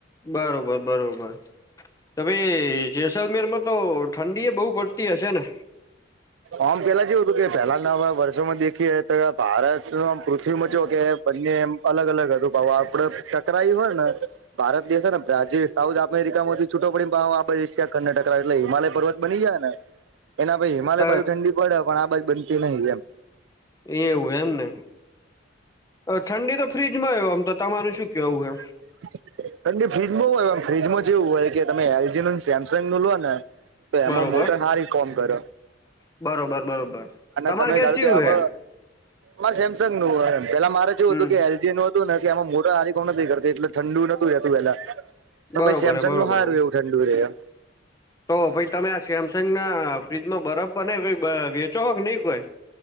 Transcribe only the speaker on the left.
બરોબર બરોબર. તો ભાઈ જેસલમેરમાં તો ઠંડી એ બહુ પડતી હશે ને.
ત
એ એવું એમ ને ઠંડી તો ફ્રીજમાં હોય ઓમ તો તમાર શું કેવું હે?
બરોબર
બરોબર બરોબર. તમારે
ચયું
હે
હમ
બરોબર
હે બરોબર
હમ
તો ભાઈ તમે આ સેમસંગના ફ્રીજમાં બરફ બને વેચો હો કે નહીં કોઈ